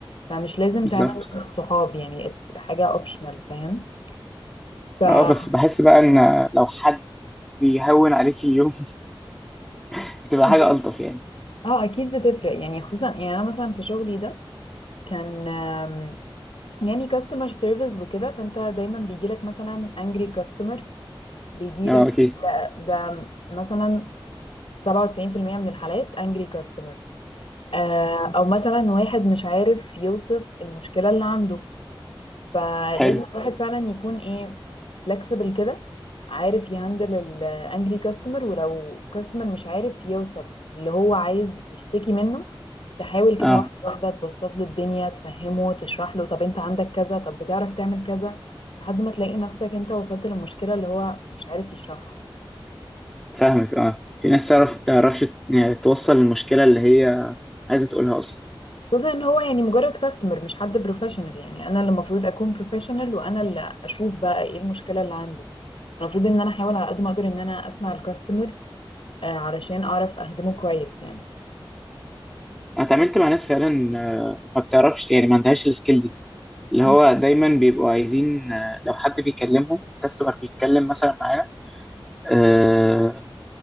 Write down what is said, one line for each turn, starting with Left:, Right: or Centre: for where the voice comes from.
Left: فمش لازم
Centre: بالظبط
Left: تعمل صحاب يعني it's حاجة optional فاهم ف اه
Centre: اه بس بحس بقى ان لو حد بيهون عليك اليوم <laughs> بتبقى حاجة
Left: دي-
Centre: ألطف يعني
Left: آه، اكيد بتفرق يعني خصوصا يعني انا مثلا في شغلي ده كان آم، يعني كاستمر سيرفيس وكده فانت دايما بيجيلك مثلا انجري كاستمر بيجيلك
Centre: اه اكيد
Left: ده مثلا 97% من الحالات انجري كاستمر آه او مثلا واحد مش عارف يوصف المشكلة اللي عنده فلازم
Centre: حلو
Left: الواحد فعلا يكون ايه فلكسبل كده عارف يهندل الانجري كاستمر ولو كاستمر مش عارف يوصل اللي هو عايز يشتكي منه تحاول كده
Centre: اه
Left: واحدة واحدة تبسط له الدنيا تفهمه تشرح له طب انت عندك كذا طب بتعرف تعمل كذا لحد ما تلاقي نفسك انت وصلت للمشكلة اللي هو مش عارف يشرحها
Centre: فاهمك اه في ناس تعرف تعرفش يعني توصل المشكله اللي هي عايزه تقولها اصلا
Left: خصوصا ان هو يعني مجرد كاستمر مش حد بروفيشنال يعني انا اللي المفروض اكون بروفيشنال وانا اللي اشوف بقى ايه المشكلة اللي عنده المفروض ان انا احاول على قد ما اقدر ان انا اسمع الكاستمر آه، علشان اعرف اخدمه كويس يعني
Centre: انا اتعاملت مع ناس فعلا آه، ما بتعرفش يعني ما عندهاش السكيل دي اللي
Left: مم.
Centre: هو دايما بيبقوا عايزين آه، لو حد بيكلمهم كاستمر بيتكلم مثلا معانا آه